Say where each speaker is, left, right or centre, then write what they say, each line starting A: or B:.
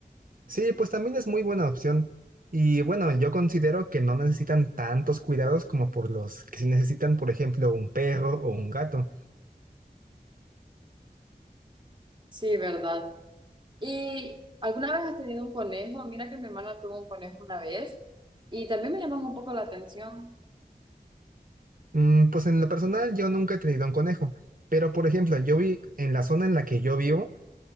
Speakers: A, on the right (about 60°); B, on the right (about 30°).
A: Sí, pues también es muy buena opción. Y bueno, yo considero que no necesitan tantos cuidados como por los que sí necesitan, por ejemplo, un perro o un gato.
B: Sí, verdad. ¿Y alguna vez has tenido un conejo? Mira que mi hermana tuvo un conejo una vez y también me llamó un poco la atención.
A: Mm, pues en lo personal, yo nunca he tenido un conejo. Pero, por ejemplo, yo vi en la zona en la que yo vivo,